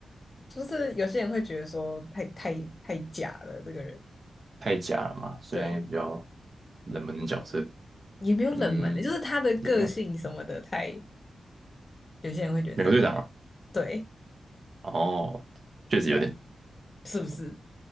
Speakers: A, on the left; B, on the right.
A: 就是有些人会觉得说太太太假了，这个人，
B: 太假了嘛？虽然也比较
A: 对。
B: 冷门的角色，
A: 也没有冷门的，
B: 嗯，
A: 就是他的个性什么的太，
B: 也没有
A: 有些人会觉得太
B: 美国队长啊，
A: 对，
B: 哦，确实有点，
A: 对啊是不是？